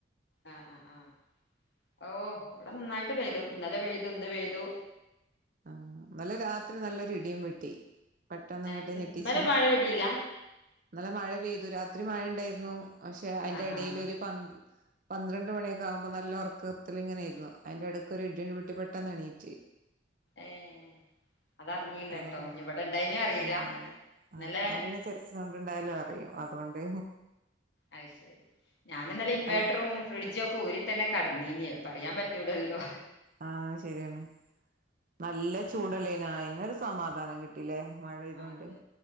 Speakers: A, on the left; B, on the right.
A: ആ ആ ആ ഓ ഇവടെ നന്നായിട്ട് പെയ്തു ഇന്നലെ പെയ്തു ഇന്ന് പെയ്തു
B: ആ നല്ല രാത്രി നല്ലൊരു ഇടിയും വെട്ടി പെട്ടെന്നങ്ങട്ട്
A: ഏഹ്
B: ഞെട്ടിച്ചാടി
A: ഇന്നലെ മഴ പെയ്തില്ല
B: ഇന്നലെ മഴ പെയ്തു രാത്രി മഴണ്ടേന്നു പക്ഷെ അയ്ന്റെ
A: ആഹ്
B: എടേലൊര്
A: ആഹ്
B: പ പന്ത്രണ്ട് മണിയൊക്കാകുമ്പോ നല്ല ഉറക്കത്തിലിങ്ങനെന്നു അയ്ന്റെടക്കൊരു ഇടി അങ്ങട്ട് പൊട്ടി പെട്ടെന്നെണീറ്റ്
A: ഏഹ് അതറിഞ്ഞില്ലട്ടോ
B: അങ്ങനൊക്കെണ്
A: ഇനി ഇവിടെ ഇണ്ടായിനെ അറിയില്ല
B: ആ
A: ഇന്നലെ
B: ആ ഞാൻ പിന്നെ ചെറിയ സൗണ്ട് ണ്ടായാലും അറിയും അതോണ്ട്
A: അത് ശെരി ഞാന്ന്നലെ ഇൻവേട്ടറും
B: അല്ല
A: ഫ്രിഡ്ജൊക്കെ ഊരിത്തെന്നെ കെടന്യീനത് പറയാൻ പറ്റൂലല്ലോ
B: ആ ശെരിയാണ് നല്ല ചൂടല്ലേനോ അയ്ന്നൊരു സമാധാനം കി ട്ടിലേ മഴ പെയ്തോണ്ട്
A: ആഹ് അതെ